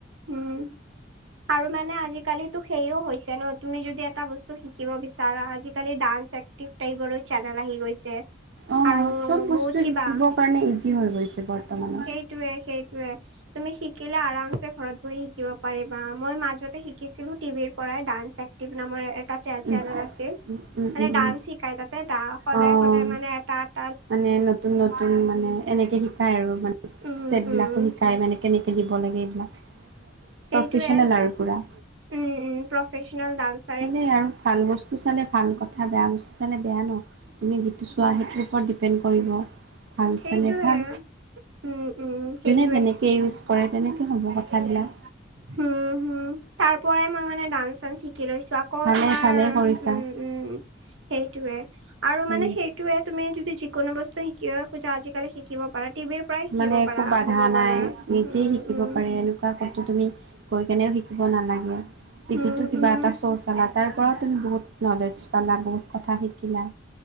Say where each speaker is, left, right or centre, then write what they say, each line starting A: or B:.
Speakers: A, on the right; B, on the right.
A: উম আৰু মানে আজিকালিতো সেইও হৈছে ন, তুমি যদি এটা বস্তু শি শিকিব বিচাৰা, আজিকালি ডান্স এক্টিভ টাইপৰো চেনেল আহি গৈছে।
B: অ
A: আৰু
B: অ চব বস্তু
A: বহুত কিবা
B: শিকিবৰ কাৰণে ইজি হৈ গৈছে বৰ্তমানত।
A: সেইটোৱে সেইটোৱে। তুমি শিকিলা আৰামচে ঘৰত বহি শিকিব পাৰিবা, মই মাজতে শিছিলো টিভিৰ পৰাই ডান্স চাই। নামৰে এটাত।
B: উম,
A: চেনেল আছিল,
B: উম, উম,
A: মানে
B: উম,
A: ডান্স
B: উম,
A: শিকাই তাতে সদায়
B: অ'।
A: সদায় মানে তাত
B: মানে নতুন নতুন মানে এনেকে শিক শিকায় আৰু মানে
A: উম
B: ষ্টেপবিলাকো
A: উম
B: শিকায় মানে কেনেকে দিব লাগে এইবিলাক। প্ৰফেচনেল
A: সেইটোৱে,
B: আৰু পুৰা।
A: উম উম প্ৰফেচনেল ডান্স
B: চালে আৰু ভাল বস্তু চালে ভাল ক কথা বেয়া বস্তু চালে বেয়া ন, তুমি যিটো চোৱা সেইটোৰ ওপৰত ডিপেণ্ড কৰিব। ভাল
A: সেইটোৱে
B: চালে ভাল,
A: উম উম
B: যোনে
A: সেইটোৱে
B: যেনেকে ইউজ কৰে তেনেকে হ'ব কথাবিলাক।
A: হম, হম তাৰ পৰাই মই মানে ডান্স চান্স শিকি লৈছো। আকৌ
B: ভালে
A: তোমাৰ
B: ভালে কৰিছা
A: উম উম সেইটোয়ে আৰু মানে
B: উম
A: সেই সেইটোৱে তুমি যদি যিকোনো বস্তু শিকিব খোজা আজিকালি শিকিব পাৰা টিভিৰ পৰাই শিকিব
B: মানে একো
A: পাৰা।
B: বাধা
A: ক'ব গ'লে
B: নাই নিজে
A: উম,
B: শিকিব
A: উম,
B: পাৰে এনে আকৌ তুমি গৈ কেনেও শিকিব নালাগে, টিভিতো
A: উম,
B: কিবা
A: উম,
B: এটা শ্ব' চালা। তাৰ পৰাও তুমি বহুত নলেজ পালা বহুত কথা শিকিলা।